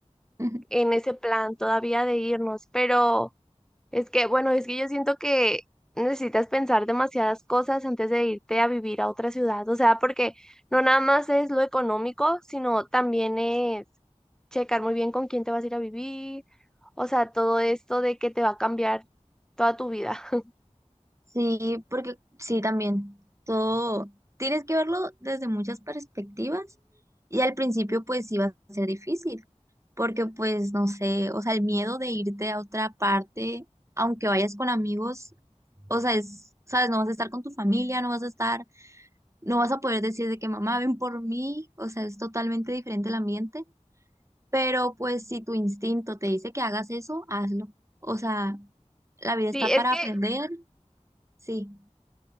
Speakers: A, on the right; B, in the centre.
A: <laughs>
B: en ese plan todavía de irnos, pero... Es que, bueno, es que yo siento que necesitas pensar demasiadas cosas antes de irte a vivir a otra ciudad, o sea, porque no nada más es lo económico, sino también es checar muy bien con quién te vas a ir a vivir, o sea, todo esto de que te va a cambiar toda tu vida. <laughs>
A: Sí, porque sí, también. Todo tienes que verlo desde muchas perspectivas y al principio pues sí va a ser difícil, porque pues no sé, o sea, el miedo de irte a otra parte, aunque vayas con amigos, o sea, es, sabes, no vas a estar con tu familia, no vas a estar, no vas a poder decir de que mamá, ven por mí, o sea, es totalmente diferente el ambiente, pero pues si tu instinto te dice que hagas eso, hazlo. O sea, la vida está
B: Sí, es
A: para
B: que
A: aprender, sí,